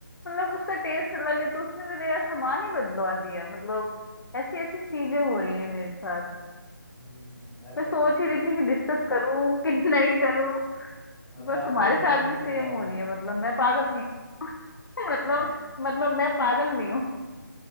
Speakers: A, on the left; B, in the centre.
A: मतलब उसका टेस्ट अलग है तो उसने मेरे यार सामान ही बदलवा दिया मतलब ऐसी ऐसी चीजें हो रही है मेरे साथ
B: हम्म ऐसा
A: मैं सोच
B: ऐसा
A: ही
B: ही
A: रही थी कि डिस्कस करूं कि <laughs> नहीं करूं
B: अच्छा
A: पर तुम्हारे
B: आपको कोई
A: साथ
B: मिल
A: भी सेम
B: नहीं रहा
A: हो
B: था
A: रही
B: ऐसा
A: है मतलब मैं पागल नहीं हूं <laughs> मतलब
B: हाँ
A: मतलब मैं पागल नहीं हूँ